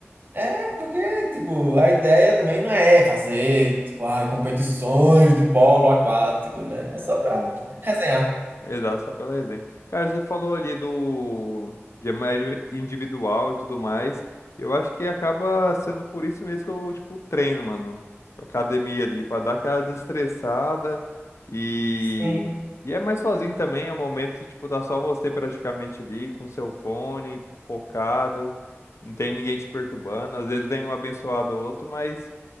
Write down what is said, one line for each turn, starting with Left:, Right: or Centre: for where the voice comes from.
Right: É, porque, tipo, a ideia também não é fazer, tipo, ah, competições de polo aquático, né? É só pra
Left: Sim.
Right: resenhar.
Left: Exato, só pela resenha. Cara, você falou ali do de médio individual e tudo mais. Eu acho que acaba sendo por isso mesmo que eu, tipo, treino, mano. Academia ali, pra dar aquela desestressada. E,
Right: Sim,
Left: e é mais sozinho também, é um momento que, tipo, tá só você praticamente ali, com seu fone, focado. Não tem ninguém te perturbando. Às vezes vem um abençoado ou outro, mas